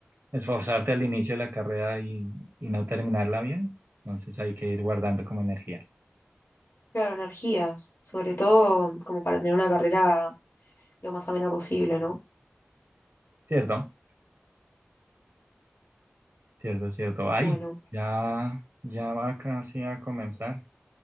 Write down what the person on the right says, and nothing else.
esforzarte al inicio de la carrera y, y no terminarla bien, entonces hay que ir guardando como energías.
Cierto, cierto, cierto. Ahí,
ya, ya va casi a comenzar